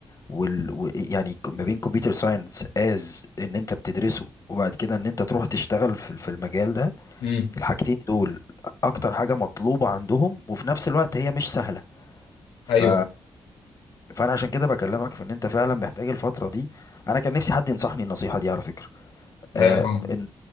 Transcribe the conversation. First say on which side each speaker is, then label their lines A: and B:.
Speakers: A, on the left; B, on the left.
A: وال... و... يعني ك- ما بين كمبيوتر ساينس از ان انت بتدرسه وبعد كده ان انت تروح تشتغل في في المجال ده
B: امم
A: الحاجتين دول اكتر حاجة مطلوبة عندهم وفي نفس الوقت هي مش سهلة ف...
B: ايوه
A: فانا عشان كده بكلمك في ان انت فعلا محتاج الفترة دي انا كان نفسي حد ينصحني النصيحة دي على فكرة
B: ايوه
A: آه
B: فاهم
A: ان